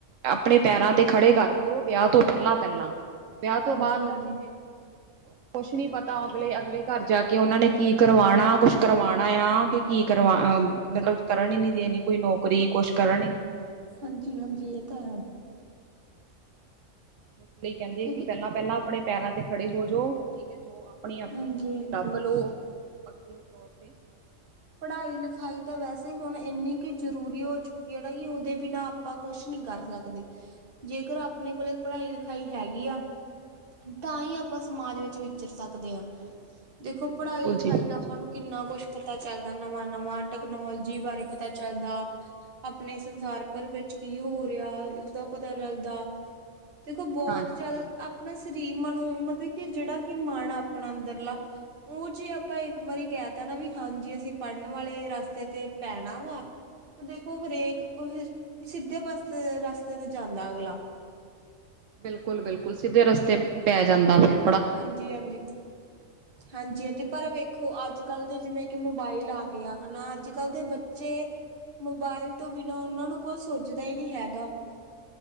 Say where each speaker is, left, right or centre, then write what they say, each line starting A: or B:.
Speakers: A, on the right; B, on the right.
A: ਆਪਣੇ ਪੈਰਾਂ ਤੇ ਖੜੇ ਕਰਦੋ ਵਿਆਹ ਤੋਂ ਪਹਿਲਾਂ ਪਹਿਲਾਂ ਵਿਆਹ ਤੋਂ
B: ਹਾਂਜੀ-ਹਾਂਜੀ,
A: ਬਾਅਦ ਆ ਜੀ ਦੇਖੋ ਕੁਛ ਨੀ ਪਤਾ ਤਾਂ ਅਗਲੇ ਅਗਲੇ ਘਰ ਜਾ, ਕੇ ਉਹਨਾਂ ਨੇ ਕੀ ਕਰਵਾਉਣਾ। ਕੁਛ ਕਰਵਾਉਣਾ ਆ, ਕਿ ਕੀ ਕਰਵਾ ਮਤਲਬ। ਕਰਨ ਹੀ ਨੀ ਦੇਣੀ ਕੋਈ ਨੌਕਰੀ ਕੁਛ ਕਰਨ ਹੀ ਨੀਂ
B: ਹਾਂਜੀ ਹਾਂਜੀ, ਇਹ ਤਾਂ ਹੈ।
A: ਇਸ ਲਈ ਕਹਿੰਦੇ
B: ਕਿਉਂਕਿ
A: ਐ ਕਿ ਪਹਿਲਾਂ ਪਹਿਲਾਂ ਆਪਣੇ ਪੈਰਾਂ ਤੇ ਖੜੇ ਹੋ ਜੋ ਠੀਕ ਹੈ ਜੋ ਆਪਣੀ ਆਪਣੀ
B: ਹਾਂਜੀ-ਹਾਂਜੀ।
A: ਨੌਕਰੀ ਲੱਭ ਲਓ ਪੱਕੇ ਤੌਰ ਤੇ।
B: ਪੜ੍ਹਾਈ ਲਿਖਾਈ ਤਾਂ ਵੈਸੇ ਹੁਣ ਇੰਨੀ ਕੁ ਜ਼ਰੂਰੀ ਹੋ ਚੁੱਕੀ ਹੈ ਨਾ ਕਿ ਉਹਦੇ ਬਿਨਾਂ ਆਪਾਂ ਕੁਛ ਨਹੀਂ ਕਰ ਸਕਦੇ ਜ਼ੇਕਰ ਆਪਣੇ ਕੋਲੇ ਪੜ੍ਹਾਈ ਲਿਖਾਈ ਹੈਗੀ ਆ। ਤਾਂ ਹੀ ਆਪਾਂ ਸਮਾਜ ਵਿੱਚ ਵਿਚਰ ਸਕਦੇ ਹਾਂ। ਦੇਖੋ ਪੜ੍ਹਾਈ
A: ਬਿਲਕੁਲ
B: ਲਿਖਾਈ
A: ਜੀ
B: ਨਾਲ ਆਪਾਂ ਨੂੰ ਕਿੰਨਾ ਕੁਛ ਪਤਾ ਚੱਲਦਾ ਨਵਾਂ ਨਵਾਂ ਟੈਕਨੋਲੋਜੀ ਬਾਰੇ। ਪਤਾ ਚੱਲਦਾ ਆਪਣੇ ਸੰਸਾਰ ਭਰ ਵਿੱਚ ਕੀ ਹੋ ਰਿਹਾ ਉਸਦਾ ਪਤਾ ਲਗਦਾ ਦੇਖੋ ਬਹੁਤ
A: ਹਾਂਜੀ
B: ਜ਼ਿਆਦਾ। ਆਪਣਾ ਸ਼ਰੀਰ ਮਨੋ ਮਤਲਬ ਕਿ ਜਿਹੜਾ ਕਿ ਮਨ ਆਪਣਾ ਅੰਦਰਲਾ। ਉਹ ਜੇ ਆਪਾਂ ਇੱਕ ਵਾਰੀ ਕਹਿ ਤਾ ਨਾ ਵੀ ਹਾਂਜੀ ਅਸੀਂ ਪੜ੍ਹਨ ਵਾਲੇ ਰਸਤੇ ਤੇ ਪੈਣਾਂ ਵਾਂ ਤੇ ਦੇਖੋ ਹਰੇਕ ਉਹ ਸਿੱਧੇ ਪਾਸੇ ਰਸਤੇ ਤੇ ਜਾਂਦਾ ਅਗਲਾ।
A: ਬਿਲਕੁਲ ਬਿਲਕੁਲ, ਸਿੱਧੇ ਰਸਤੇ ਪੈ ਜਾਂਦਾ ਫੇਰ।
B: ਹਾਂਜੀ ਹਾਂਜੀ ਹਾਂਜੀ ਹਾਂਜੀ, ਪਰ ਵੇਖੋ ਅੱਜ ਕੱਲ੍ਹ ਦੇ ਜਿਵੇਂ ਕਿ ਮੋਬਾਇਲ ਆ ਗੇ ਆ ਹਨਾ ਅੱਜ ਕੱਲ ਦੇ ਬੱਚੇ। ਮੋਬਾਇਲ ਤੋਂ ਬਿਨਾਂ ਉਹਨਾਂ ਨੂੰ ਕੋਈ ਸੁਝਦਾ ਹੀ ਨਹੀਂ ਹੈਗਾ